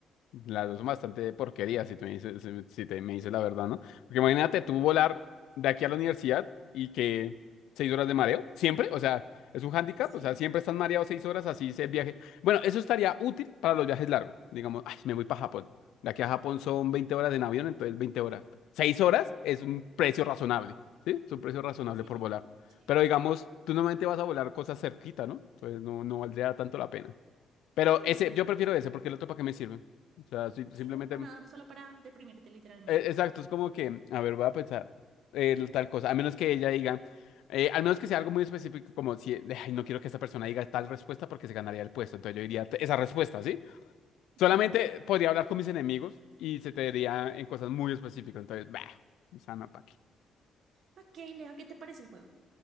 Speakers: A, on the left; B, on the right.
A: Las dos son bastante porquerías, si te me dices, si si te me dices la verdad, ¿no? Porque imagínate tú volar de aquí a la universidad y que seis horas de mareo, siempre, o sea, es un hándicap,
B: Sí.
A: o sea, siempre estás mareado seis horas, así es el viaje. Bueno, eso estaría útil para los viajes largos. Digamos, ay, me voy para Japón. De aquí a Japón son 20 horas en avión, entonces 20 horas. Seis horas es un precio razonable, ¿sí? Es un precio razonable
B: Sí, sí,
A: por
B: sí.
A: volar.
B: Sí,
A: Pero digamos, tú normalmente vas a volar cosas cerquita, ¿no? Entonces no, no valdría tanto la pena. Pero
B: sí,
A: ese,
B: no.
A: yo prefiero ese porque el otro para qué me sirve. O sea, si- simplemente,
B: Sí, para nada, solo para deprimirte literalmente.
A: e- exacto, es como que, a ver, voy a pensar eh, tal cosa, a menos que ella diga, eh, al menos que sea algo muy específico, como si, ay, no quiero que esta persona diga tal respuesta porque se ganaría el puesto, entonces yo diría t- esa respuesta, ¿sí? Solamente
B: Sí, ok.
A: podría hablar con mis enemigos y se te diría en cosas muy específicas, entonces, bah, o sea, no, para qué.
B: Ok, Leo, ¿qué te parece el juego?